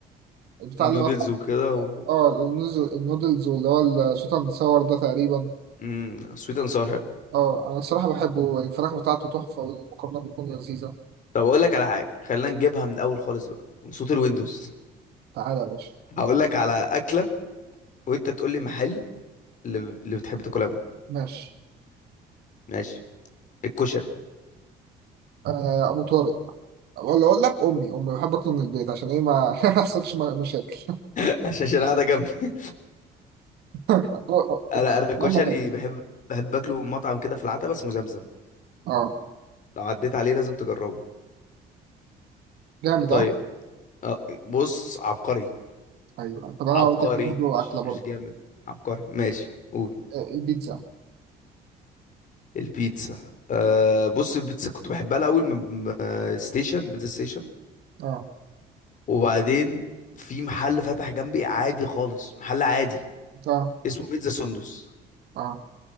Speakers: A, on the right; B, on the left.
A: البتاع
B: النودلز
A: اللي هو
B: وكده و
A: اه النودل- النودلز واللي هو الشوت اند ساور ده تقريبا
B: امم سويت اند ساور حلو
A: اه انا الصراحه بحبه الفراخ بتاعته تحفه والمكرونه بتكون لذيذه
B: طب اقول لك على حاجه خلينا نجيبها من الاول خالص بقى من صوت الويندوز
A: تعالى يا باشا
B: هقول لك على اكله وانت تقول لي محل اللي اللي بتحب تاكلها منه
A: ماشي
B: ماشي الكشري
A: آه ابو طارق ولا اقول لك امي امي بحب اكل من البيت عشان ايه ما <laughs> ما يحصلش م- مشاكل
B: <laughs> عشان عشان قاعده جنبي <laughs>
A: <laughs>
B: انا انا الكشري
A: امي حلو
B: بحب بحب اكله من مطعم كده في العتبه اسمه زمزم
A: اه
B: لو عديت عليه لازم تجربه
A: جامد
B: طيب
A: اه
B: أه بص عبقري
A: ايوه طب انا
B: عبقري
A: اقول لك برضه
B: مش
A: اكله برضه
B: مش جامد عبقري ماشي قول
A: آه، البيتزا
B: البيتزا أه بص البيتزا كنت بحبها الاول من آه، ستيشن بيتزا ستيشن
A: اه
B: وبعدين في محل فتح جنبي عادي خالص محل عادي
A: اه
B: اسمه بيتزا سندس
A: اه